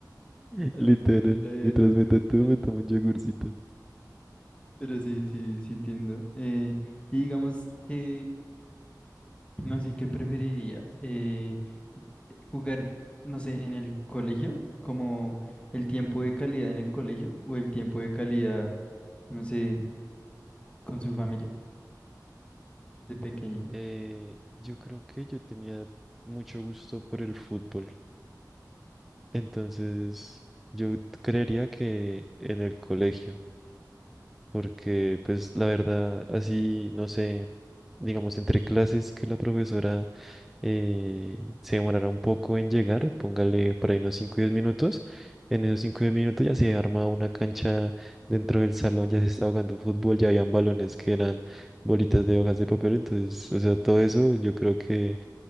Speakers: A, on the left (about 15°); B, in the centre.
A: Así
B: Literal,
A: puede ser la vida
B: mientras
A: de un adulto
B: me tatúo
A: funcional.
B: me tomo un yogurcito.
A: Pero sí, sí, sí entiendo. Eh, y digamos que no sé qué preferiría. eh, jugar, no sé, en el colegio, como el tiempo de calidad en el colegio o el tiempo de calidad, no sé, con su familia de pequeño.
B: Eh, yo creo que yo tenía mucho gusto por el fútbol. Entonces, yo creería que en el colegio, porque pues la verdad, así, no sé, digamos, entre clases que la profesora eh, se demorara un poco en llegar, póngale por ahí unos 5 o 10 minutos, en esos 5 o 10 minutos ya se arma una cancha dentro del salón, ya se estaba jugando fútbol, ya habían balones que eran bolitas de hojas de papel, entonces, o sea, todo eso yo creo que